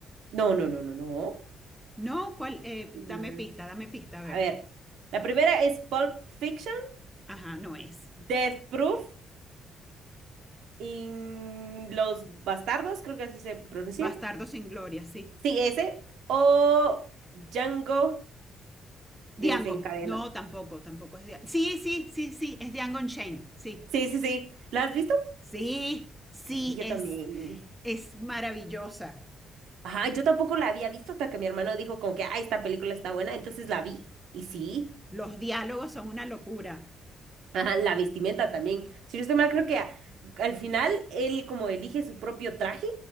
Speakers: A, on the right; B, in the centre.
A: No, no, no, no, no.
B: No, ¿cuál? Eh,
A: no.
B: dame
A: Mm,
B: pista, dame pista, a
A: A
B: ver.
A: ver, la primera es Pulp Fiction,
B: Ajá,
A: D-
B: no es.
A: Death Proof y Los Bastardos, creo que así se pronuncia.
B: Bastardo sin gloria, sí.
A: Sí, ese. O Django
B: Diango.
A: desencadenado.
B: No, tampoco, tampoco es Diango. Sí, sí, sí, sí, es Diango Shane. Sí.
A: Sí, sí, sí. ¿La has visto?
B: Sí, sí,
A: Sí, yo
B: es,
A: también.
B: es maravillosa.
A: Ajá, yo tampoco la había visto hasta que mi hermano dijo como que, ah, esta película está buena, entonces la vi y sí.
B: Los diálogos son una locura.
A: Ajá, la vestimenta también. Si no estoy mal, creo que a- al final él como elige su propio traje